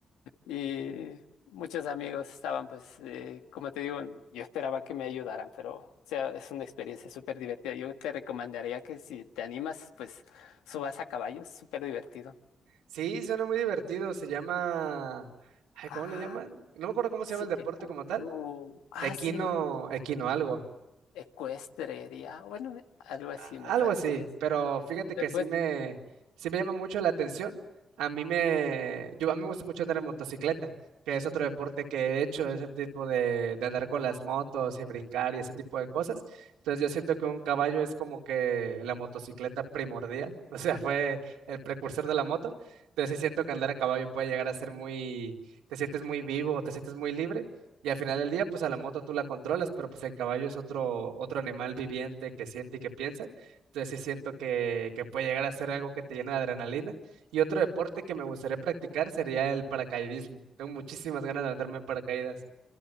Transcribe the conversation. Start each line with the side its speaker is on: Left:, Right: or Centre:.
Left: Y muchos amigos estaban, pues, eh, como te digo, yo esperaba que me ayudaran, pero, o sea, es una experiencia súper divertida. Yo te recomendaría que si te animas, pues, subas a caballo, es súper divertido.
Right: Sí, suena muy divertido. Se llama... Ay,
Left: Ah,
Right: ¿cómo le llaman? No me acuerdo cómo se
Left: sí,
Right: llama el deporte
Left: ecu-
Right: como tal.
Left: uh, ah,
Right: Equino,
Left: sí, no,
Right: equino algo
Left: ecuestrería, bueno, algo así
Right: a-
Left: me parece
Right: Algo así,
Left: que es.
Right: pero fíjate
Left: Después,
Right: que sí me, sí me llama mucho la atención. A mí me, yo, a mí me gusta mucho andar en motocicleta, que es otro deporte que he hecho, ese tipo de, de andar con las motos y brincar y ese tipo de cosas. Entonces yo siento que un caballo es como que la motocicleta primordial, <laughs> o sea, fue el precursor de la moto. Entonces sí siento que andar a caballo puede llegar a ser muy, te sientes muy vivo, te sientes muy libre. Y al final del día, pues a la moto tú la controlas, pero pues el caballo es otro, otro animal viviente que siente y que piensa. Entonces sí siento que, que puede llegar a ser algo que te llena de adrenalina. Y otro deporte que me gustaría practicar sería el paracaidismo. Tengo muchísimas ganas de meterme en paracaídas.